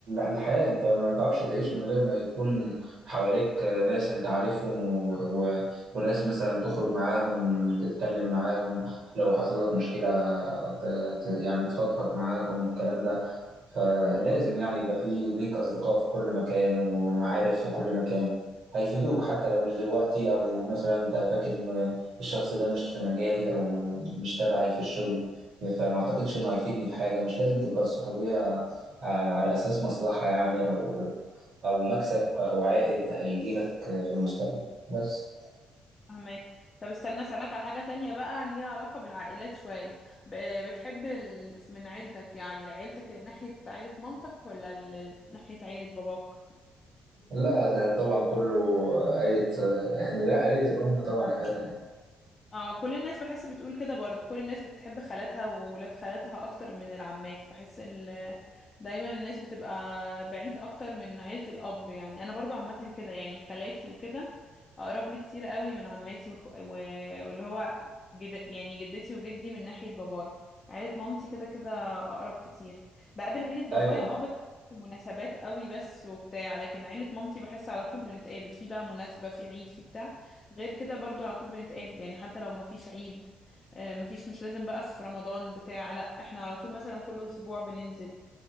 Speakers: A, on the right; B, on the left.
A: الحياة انت ما تعرفش تعيش من غير ما يكون حواليك ناس انت عارفهم و... و... وناس مثلا تخرج معاهم تتكلم معاهم لو حصل لك مشكلة ت... ت... يعني تفضفض معاهم الكلام ده فلازم يعني يبقى في ليك أصدقاء في كل مكان ومعارف في كل مكان هيفيدوك حتى لو مش دلوقتي أو مثلا أنت فاكر إن الشخص ده مش في مجالي أو مش تبعي في الشغل فما أعتقدش إنه هيفيدني في حاجة مش لازم تبقى الصحوبية ع- على أساس مصلحة يعني أو أو مكسب أو عائد هيجيلك في المستقبل بس
B: فهمك طب استنى اسألك على حاجة تانية بقى ليها علاقة بالعائلات شوية ب- بتحب ال... من عيلتك يعني عيلتك اللي ناحية عيلة مامتك ولا اللي ناحية عيلة باباك
A: لا ده طبعا كله عيلة آه، يعني لا عيلة الأم طبعا حاجة تانية
B: اه كل الناس بحس بتقول كده برضه كل الناس بتحب خالاتها وولاد خالاتها اكتر من العمات بحس ال... دايما الناس بتبقى بعيد اكتر من عيلة الاب يعني انا برضو عامة كده يعني خالاتي وكده اقرب لي كتير قوي من عماتي وخ... و... واللي هو جد... يعني جدتي وجدي من ناحية بابايا عيلة مامتي كده كده اقرب كتير بقابل عيلة بابايا
A: أيوه
B: اه بس في مناسبات قوي بس وبتاع لكن عيلة مامتي بحس على طول بنتقابل في بقى مناسبة في عيد في بتاع غير كده برضو على طول بنتقابل يعني حتى لو مفيش عيد آه، مفيش مش لازم بقى في رمضان بتاع لا احنا على طول مثلا كل اسبوع بننزل